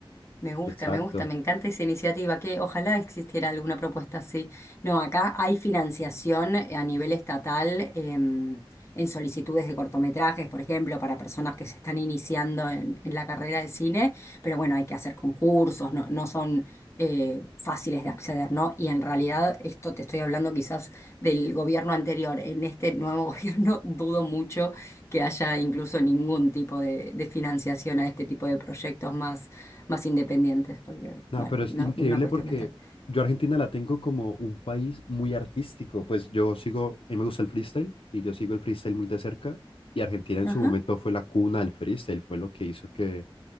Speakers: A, on the left; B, on the left.
A: Me gusta,
B: exacto.
A: me gusta, me encanta esa iniciativa, que ojalá existiera alguna propuesta así. No, acá hay financiación a nivel estatal em, en solicitudes de cortometrajes, por ejemplo, para personas que se están iniciando en, en la carrera de cine, pero bueno, hay que hacer concursos, no, no son eh, fáciles de acceder, ¿no? Y en realidad, esto te estoy hablando quizás del gobierno anterior, en este nuevo <laughs> gobierno dudo mucho que haya incluso ningún tipo de, de financiación a este tipo de proyectos más más independientes, porque,
B: No,
A: bueno,
B: pero es
A: una,
B: increíble
A: una cuestión
B: porque
A: mental.
B: yo a Argentina la tengo como un país muy artístico. Pues yo sigo, a mí me gusta el freestyle y yo sigo el freestyle muy de cerca. Y Argentina en
A: Ajá.
B: su momento fue la cuna del freestyle, fue lo que hizo que